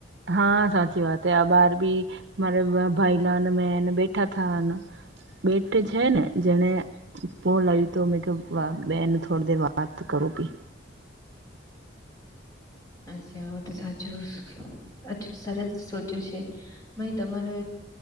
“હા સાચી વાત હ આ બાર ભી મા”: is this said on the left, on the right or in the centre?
Right